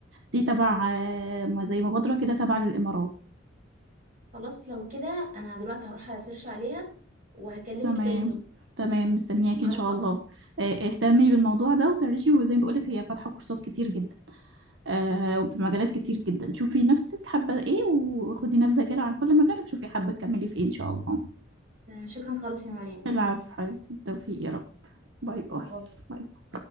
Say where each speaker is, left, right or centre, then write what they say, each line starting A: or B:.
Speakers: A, on the right; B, on the right.
A: دي تبع آه، ما- زي مبادرة كده تبع للإمارات
B: خلاص لو كده انا دلوقتي هروح اسيرش عليها وهكلمك
A: تمام
B: تاني
A: تمام مستنياكي
B: اعرف
A: إن شاء
B: اكتر
A: الله آه، اهتمي
B: مم.
A: بالموضوع ده وسرشي وزي ما بقولك هي فاتحة كورسات كتير جدا آه،
B: خلاص
A: وفي مجالات كتير جدا شوفي نفسك حابة ايه وخدي نبذة كده عن كل مجال وشوفي حابة تكملي في ايه ان شاء الله
B: آه، شكرا خالص يا مريم
A: العفو حبيبتي التوفيق يا رب باي باي
B: باي
A: باي.